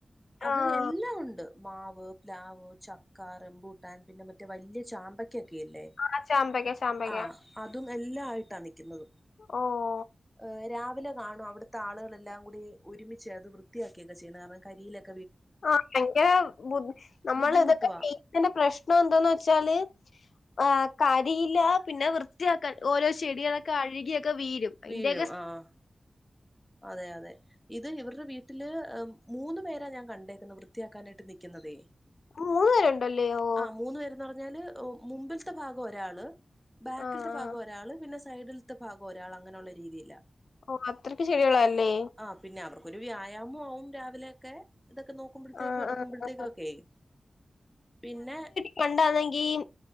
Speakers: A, in the centre; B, on the left.
A: അത്
B: ആഹ്
A: എ എല്ലാം ഉണ്ട് മാവ് പ്ലാവ് ചക്കാ റെമ്പൂട്ടാൻ പിന്നെ മറ്റേ വല്യ ചാമ്പക്കയൊക് - ക്കെയില്ലേ,
B: ആഹ് ചാമ്പയ്ക്ക ചാമ്പയ്ക്ക
A: ആഹ് അതും എല്ലാ ആയിട്ടാ നിക്കുന്നത്
B: ഓഹ്
A: <unintelligible> ഹ് രാവിലെ കാണും അവിടുത്താളുകളെല്ലാം കൂടി ഒരുമിച്ച് അത് വൃത്തിയാക്കിയൊക്കെ ചെയ്യണം കാരണം കരിയിലൊക്ക
B: ആ എന്റെ ബുദ്ധി നമ്മൾ
A: ബുദ്ധിമുട്ടുവാ
B: ഇതൊക്കെ ചെയ എന്റെ പ്രശ്നം എന്താന്ന് വെച്ചാല് ആ കരിയില പിന്നെ വൃ ത്തിയാക്കൽ ഓരോ ചെടികളൊക്കെ അഴുകിയൊക്കെ വീഴും അയ്ന്റെയൊക്കെ
A: വീഴും ആഹ് അതെ അതെ ഇത് ഇവരുടെ വീട്ടില് മൂന്നു പേരാ ഞാൻ കണ്ടേക്കുന്നെ വൃത്തിയാക്കാനായിട്ട് നിക്കുന്നതേ
B: മൂന്ന് പേരുണ്ടല്ലേ ഓ
A: ആഹ് മൂന്ന് പേരന്ന് പറഞ്ഞാല് മുമ്പിൽത്ത ഭാഗം ഒരാള് ബാക്കിൽത്ത
B: ആ ആ
A: ഭാഗം ഒരാള് പിന്നെ സൈഡിൽത്തെ ഭാഗം ഒരാളങ്ങനെയുള്ള രീതിയില
B: ഓ അത്രക്ക് ചെടികളാ ല്ലേ
A: ആഹ് പിന്നെ അവർക്കൊരു വ്യായാമു ആവും രാവിലെയൊക്കെ ഇതൊക്കെ നോക്കുമ്പോഴത്തേക്കും
B: ആ
A: എടുക്കുമ്പോഴത്തേക്കും
B: ആ ആ
A: ഒക്കെയയി പിന്നെ
B: ഫ്രണ്ട് ആണെങ്കിൽ